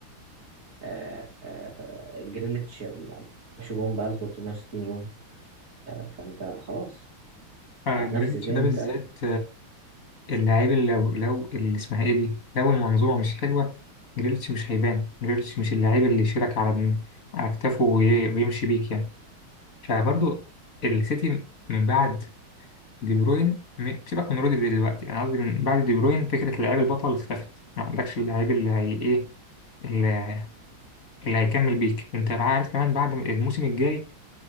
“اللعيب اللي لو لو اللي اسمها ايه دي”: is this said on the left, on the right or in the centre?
Left